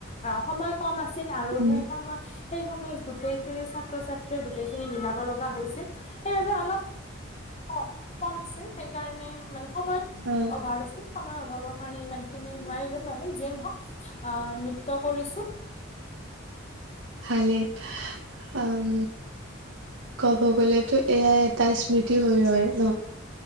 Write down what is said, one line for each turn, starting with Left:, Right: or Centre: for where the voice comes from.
Left: অ সময় কম আছিল আৰু
Right: উম
Left: সেই সময় সেই সময়ত গোটেইখিনি ছাত্ৰ-ছাত্ৰীয়ে গোটেই খিনি মিলাব লগা হৈছিল। সেইবাবে অলপ অ কম আছিল সেইকাৰণে মানে সময়ৰ
Right: অ
Left: অভাৱ আছিল সময়ৰ অভাৱৰ কাৰণে ইমান খিনি নোৱাৰিলো বাৰু যিয়ে নহওক <unintelligible> কৰিছোঁ
Right: ভালে‌ উম কব গলেতো এয়াই এটা স্মৃতি হৈ ৰয় ন।